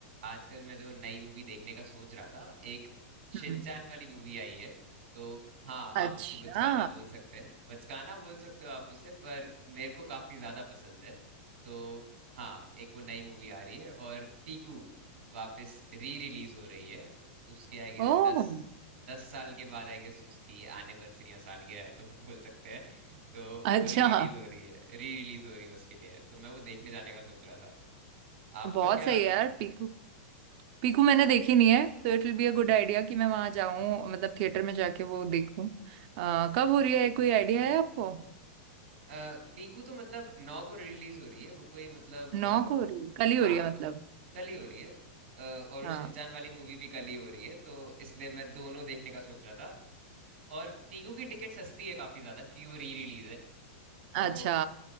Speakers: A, on the right (about 85°); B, on the right (about 50°).
A: आजकल मैं जो नई मूवी देखने का सोच रहा था एक
B: हम्म।
A: शिनचान वाली मूवी आई है तो हाँ
B: अच्छा
A: आप उसको बचकाना बोल सकते हैं बचकाना बोल सकते हो आप उसे पर मेरे को काफी ज्यादा पसंद है तो हाँ एक वो नई मूवी आ रही है और पीकू वापस री रिलीज हो रही है उसके आई गेस
B: ओह
A: दस दस साल के बाद आई गेस उसकी एनिवर्सरी या सालगिरह है तो <laughs> बोल सकते हैं तो
B: अच्छा
A: वो री रिलीज हो रही है री रिलीज हो रही है उसके लिए तो मैं वो देखने जाने का सोच रहा था आपका
B: बहुत
A: क्या
B: सही है यार पीकू पीकू मैंने देखी नहीं है तो it will be a good idea कि मैं वहां जाऊं मतलब थिएटर में जाके वो देखूं अ, कब हो रही है कोई आइडिया है आपको
A: अ, पीकू तो मतलब नौ को रिलीज हो रही है वो कोई मतलब
B: नौ को हो रही है कल ही हो
A: आ, हाँ
B: रही है मतलब
A: कल ही हो रही है अ, और वो
B: हाँ
A: शिनचान वाली मूवी भी कल ही हो रही है तो इसलिए मैं दोनों देखने का सोच रहा था और पीकू की टिकट सस्ती है काफी ज्यादा क्योंकि वो री रिलीज है
B: अच्छा
A: तो